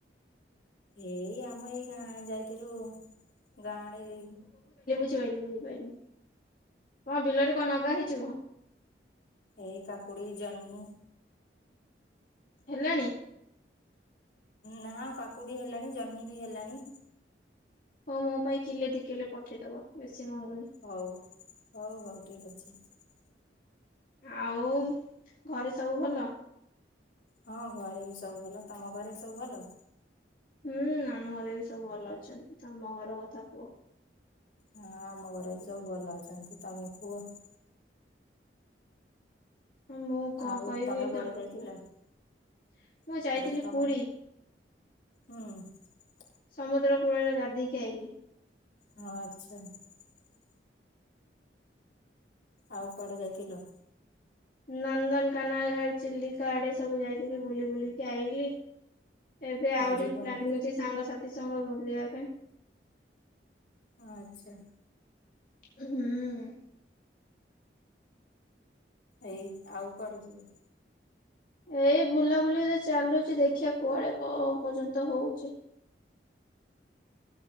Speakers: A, on the left; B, on the left.
A: ଏଇ ଆମ ଏଇ ଗାଁ ଯାଇଥିଲୁ ଗାଁ ଆଡେ <unintelligible>
B: <unintelligible> ବୁଝିପାରନି କଣ ବିଲରେ କଣ ନଗା ହେଇଛି <unintelligible>
A: ଏଇ କାକୁଡି ଜହ୍ନି
B: ହେଲାଣି
A: ନା କାକୁଡି ହେଲାଣି ଜହ୍ନି ବି ହେଲାଣି
B: ହଉ ମୋ ପାଇଁ କିଲେ ଦି କିଲେ ପଠେଇଦବ ବେଶୀ ମଙ୍ଗୁନି।
A: ହଉ ହଉ ହଉ ଠିକ ଅ <unintelligible>
B: ଆଉ ଘରେ ସବୁ ଭଲ
A: ହଁ ଘରେ ବି ସବୁ ଭଲ ତମ ଘରେ ସବୁ ଭଲ
B: ହୁଁ ଆମ ଘରେ ବି ସବୁ ଭଲ ଅଛନ୍ତି ତମ ଘର କଥା କୁହ
A: ହଁ ଆମ ଘରେ ବି ସବୁ ଭଲ ଅଛନ୍ତି ତମେ କୁହ <unintelligible> <unintelligible>
B: ମୁଁ କଣ
A: ଆଉ
B: କହିବି
A: ତମେ କୁଆଡେ
B: ତମକୁ
A: ଯାଇଥିଲ
B: ମୁଁ
A: ମୁଁ
B: ଯାଇଥିଲି
A: କହିଲି ତମେ
B: ପୁରୀ
A: ହୁଁ <unintelligible>
B: ସମୁଦ୍ର କୂଳରେ ଗାଧେଇକି ଆଇଲି
A: ହଁ ଆଚ୍ଛା <unintelligible> ଆଉ କୁଆଡେ ଯାଇଥିଲ
B: ନନ୍ଦନକାନ ଆଡ଼େ ଚିଲିକା ଆଡେ ସବୁ ଯାଇଥିଲି ବୁଲି ବୁଲିକି ଆଇଲିି ଏବେ ଆହୁରି
A: ଆଉ ଯିବନି
B: ପ୍ଲାନିଙ୍ଗ ଅଛି ସାଙ୍ଗ ସାଥି ଏତେ ସମୟ ବୁଲିବା ପାଇଁ
A: ଆଚ୍ଛା
B: ହୁଁ
A: ଏଇ ଆଉ କୁଆଡେ ଯିବ
B: ଏଇ ବୁଲାବୁଲି ରେ ଚାଲୁଛି ଦେଖିବା କୁଆଡେ କଣ ପର୍ଯ୍ୟନ୍ତ ହଉଛି